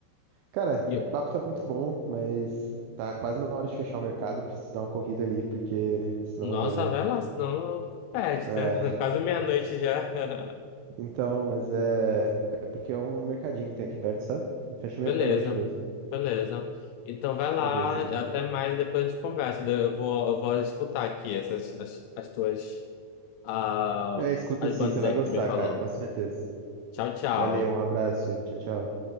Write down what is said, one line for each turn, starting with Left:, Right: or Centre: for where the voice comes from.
Right: Cara,
Left: E
Right: o
Left: eu,
Right: papo tá muito bom, mas tá quase na hora de fechar o mercado. Preciso dar uma corrida ali, porque senão
Left: nossa,
Right: amanhã.
Left: vai lá, senão perde,
Right: É,
Left: né? <laughs> Quase meia-noite já. <laughs>
Right: então, mas é. É porque é um mercadinho que tem aqui perto, sabe? E Fecha meia-noite
Left: Beleza,
Right: mesmo.
Left: beleza. Então vai
Right: Beleza.
Left: lá, até mais, depois a gente conversa. Da- Eu vou, eu vou escutar aqui essas as, as tuas ah,
Right: É, escuta
Left: as
Right: sim,
Left: bandas
Right: você vai
Left: aí
Right: gostar,
Left: que tu me falou.
Right: cara, com certeza.
Left: Tchau, tchau.
Right: Valeu, um abraço, Ivo. tchau, tchau.